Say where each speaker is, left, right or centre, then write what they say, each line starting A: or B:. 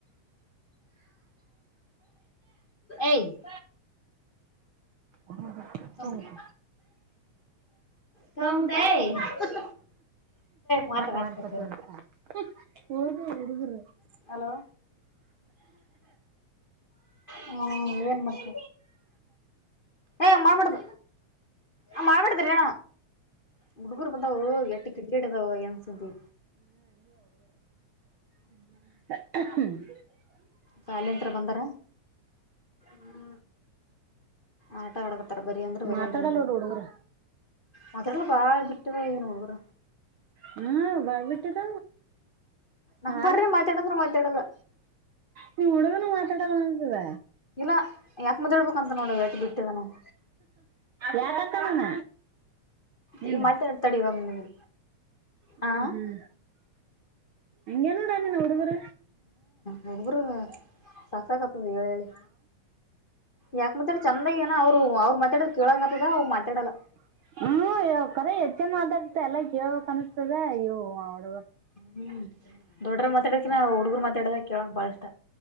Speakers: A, on the left; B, on the right.
A: ಏ.
B: ಹ ಹ
A: ತಗೊಂಬೆ.
B: ತಮಟ.
A: ತಗಂಬುತ್ತೆ
B: ಹಮ್ಮತಾಯಾಯ
A: ಮಾತಾಡ
B: ಮಾತ ಮಾಡನ್ಕತ. ಹದ ಹುಡುಗ್ರ.
A: ಹಲೋ ಹ್ಮ್ ಮರ್ತ. ಏ್ ಮಾಪಡದು ಆ ಮಾಬಡದ ರ ಣ. ಹುಡುಗೂರು ಬಂದವು ಎಟ್ಟು ಕ್ರಿಕೆಟ್್ದಾವ ಹೆಂಗ್ ಸಂತಿ.
B: ್ಮ.
A: ಸಾಲಂತ್ರ ಬಂದಾರ. ಹ್ಮ್. ಆಟೋ ಒಡ. ಹತ್ತರ ಬರಿ ಅಂದ್ರ ಬರಂದ್ರ
B: ಮಾತಾಡಲ್ಲ
A: ನೀ
B: ನೋಡು ಹುಡುಗರು
A: ಮತ್ರಲ್ಲ ಬಾಳ ಬಿಟ್ಟ ಹುಡುಗರ.
B: ಹ್ಮ ಬಬಟೆ ತ.
A: ನಂಬರ್ನೇ
B: ನಾಳೆ.
A: ಮಾತಾಡಂದ್ರು ಮಾತಾಡಲ್ಲ
B: ನೀವ್ ಹುಡುಗನು ಮಾತಾಡಲ್ಲ ಅನತದ.
A: ಇಲ್ಲ ಯಾಕೆ ಮಾತಾಡ್ಬೇಕಂತ ನೋಡು ಎಟ್ಟು ಬಿಟ್ಟಿದ ನಾವು
B: ಯಾಕಂತ ನಾನ. ಏನ್.
A: ಈ ಮಾತಾಡ್ತಾಡಿ ಇವಾಗ ನಿಮಗೆ
B: ಹ್ಮ್
A: ಆ
B: ಹ್ಮ್ ಎಂಗನುಟ ನೀ ನೋಡುಗರ.
A: ನಗರು ಸಾಕಕತ್ತದ ಹೇಳ ಹೇಳಿ. ಯಾಕ
B: ಯಾಕಂದ್ರೆ
A: ಮಾತಾಡ ಚಂದಾಗ
B: ಏನ
A: ಅವ್ರು ಅವ್ರು
B: ಅವ್ತ್ರ
A: ಮಾತಾಡೋದ ಕೇಳಂಗತದ ಅವ್
B: ಮಾ.
A: ಮಾತಾಡಲ್ಲ
B: ಹ್ಮ ಯ ಕರ ಹೆಚ್ಚನ್ ಮಾತಾಡ್ತ ಎಲ್ಲ ಕೇಳ್ಬೇಕಕ್ ಅನ್ಸತದೆ ಇವು ಅವ್ಳ.
A: ಹ್ಮ್ ದೊಡ್ಡ್ರ ಮಾತಾಡಕಿನ ಹುಡುಗರು ಮಾತಾಡದ ಕೇಳಕ್ ಬಾಳ ಇಷ್ಟ.